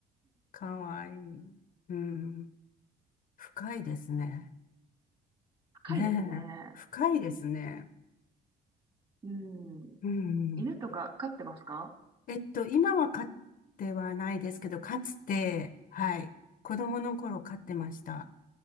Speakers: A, on the left; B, on the right.
A: かわいい。うん。深いですね。
B: 高いですね。
A: ねえ。深いですね。
B: うん。
A: うん。
B: 犬とか飼ってますか
A: えっと、今は飼ってはないですけど、かつて、はい。子供の頃飼ってました。